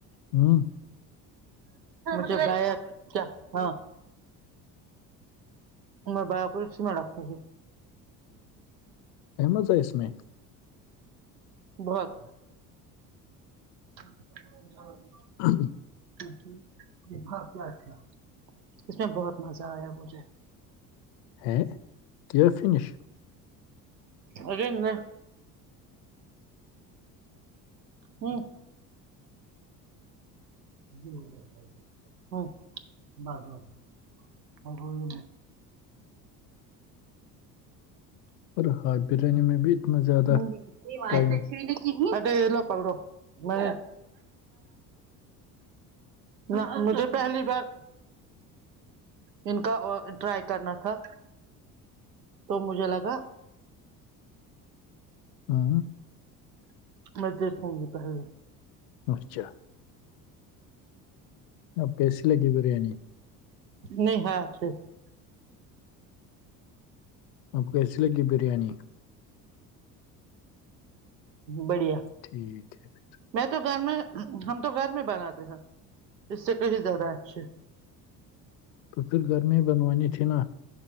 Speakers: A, on the left; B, on the right.
A: ہوں
B: مھے گائےک کیا ہاں میں باو کو سی میں رکھوں گوں
A: ا مس میں
B: بہت <unintelligible>
A: ہ
B: اچ اس میں بہت مزہ آیا مجھے
A: ہ کی فنش
B: اگرے ن ہوں جی ہ بر اور م
A: اور ہاٹ بریانی میں بھی اتنا زیادہ
B: ہ م
A: ٹائم
B: لو پڑو با نہ مجھے پہلی بار ان کا ٹرائی کرنا تھا تو مجھے لگا
A: ہاں
B: میں دیکھوں گی پہے
A: اچھا آپ کیسی لگی بریانی
B: نہیں ہاں اچھے
A: آپ کو کیسی لگی ہے بریانی
B: بڑھیا
A: ٹھیک ہے پھر
B: میں تو گھر میں ہم تو گھر میں بناتے ہیں اس سے کہش زیادہ آاتھ
A: تو پھر گھر میں ہی بنوانی تھی نا